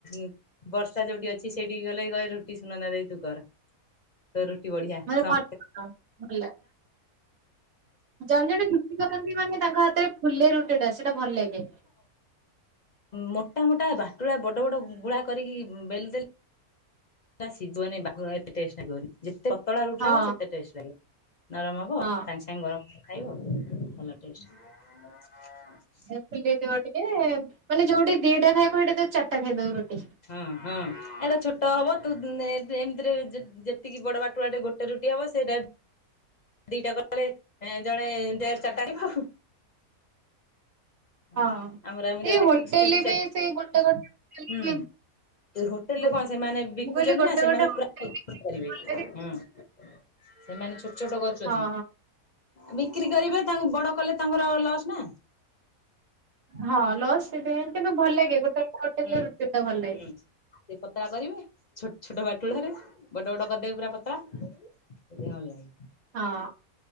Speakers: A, on the left; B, on the right.
A: ଉଁ, ବର୍ଷା ଯୋଉଟି ଅଛି ସେଇଟିକି ଗଲେ ବି କହେ ରୁଟି ସୁନନ୍ଦା ଦେଇ ତୁ କର। ତୋ ରୁଟି ବଢିଆ।
B: ମାନେ
A: ସମ
B: ଭଲ ଭଲ ଜଣେ ଜଣେ ରୁଟି କରନ୍ତି। ମାନେ ତାଙ୍କ ହାତରେ ଫୁଲେ ରୁଟେ ଟା ସେଟା ଭଲ ଲାଗେ।
A: ମୋଟା ମୋଟା ବାଟୁଳା ବଡ ବଡ ଗୁଳା କରିକି ଉଁ, ବେଲି ଦେଲେ। ନା ସିଜିବନି ବାଗ ଏତେ ଟେଷ୍ଟ ଲାଗିବନି। ଯେତେ ପତଳା ରୁଟି
B: ହଁ
A: ଟା ହବ ସେତେ ଟେଷ୍ଟ ଲାଗିବ। ନରମ ହବ
B: ହଁ
A: ସାଙ୍ଗେ ସାଙ୍ଗେ ଗରମ ଖାଇବ ଭଲ ଟେଷ୍ଟ।
B: ଏ ଫୁଲିଥିବ ଟିକେ, ମାନେ ଯୋଉଟି ଦିଟା ଖାଇବ ସେଟି ସେ ଚାରଟା ଖାଇଦବ ରୁଟି।
A: ହଁ, ହଁ ଏଇଟା ଛୋଟ ହବ ତୁ ନେ ଏମିତିରେ ବି ଯେ ଯେତିକି ବଡ ବାଟୁଳା ଟେ ଗୋଟେ ରୁଟି ହବ ସେଇଟା ଦିଟା କଲେ ଏଁ, ଜଣେ ଡେର ଚାରଟା ବି ଖାଉ।
B: ହଁ
A: ଆଉ, ଆମର ଆମ <unintelligible>
B: ଏଇ
A: ରାଗିକି
B: ହୋଟେଲରେ
A: ସ୍କୁଲ୍ କୁ
B: ବି
A: ଯାଏ।
B: ସେଇ ଗୋଟେ ଗୋଟେ ହୋଟେଲରେ
A: ହୁଁ, ଏ ହୋଟେଲ୍
B: ବି
A: ରେ କଣ ସେମାନେ ବିକୁଛନ୍ତି
B: ମୁଁ କହିଲି ଗୋଟେ
A: ନା, ସେମାନେ
B: ଗୋଟେ ହୋଟେଲରେ
A: ପୁରା <inaudible> କରିବେ। ହଁ।
B: ବି
A: ସେମାନେ ଛୋଟ ଛୋଟ କରୁଛନ୍ତି।
B: ହଁ
A: ବିକ୍ରି କରିବେ ତାଙ୍କ ବଡ କଲେ ତାଙ୍କର ଲସ୍ ନା।
B: ହଁ, ଲସ୍ ସେଥିପାଇଁ କିନ୍ତୁ ଭଲଲାଗେ। ହୋଟେଲ୍ ଟା ହୋଟେଲ୍
A: ହୁଁ
B: ରେ ରୁଟି ଟା ଭଲ ଲାଗେ।
A: ହୁଁ। ସେ ପତଳା କରିବେ। ଛୋଟ ଛୋଟ ବାଟୁଳା ରେ ବଡ ବଡ କରିଦେବେ ପୁରା ପତଳା। ସେଥିପାଇଁ ଭଲ ଲାଗେ।
B: ହଁ,